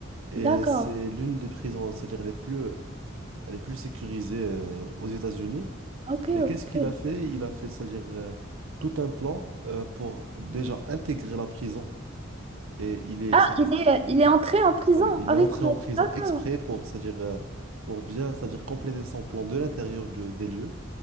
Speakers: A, on the right (about 80°); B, on the right (about 30°).
A: Et
B: D'accord.
A: c'est l'une des prisons, c'est-à-dire les plus les plus sécurisées euh, aux États-Unis.
B: Ok,
A: Et qu'est-ce
B: ok.
A: qu'il a fait? Il a fait, c'est-à-dire euh, tout un plan euh, pour déjà intégrer la prison. Et il est,
B: Ah, il est, il est entré en prison
A: Oui, il
B: avec
A: est entré
B: le...
A: en prison
B: D'accord.
A: exprès pour, c'est-à-dire, euh, pour bien, c'est-à-dire compléter son plan de l'intérieur de, des lieux.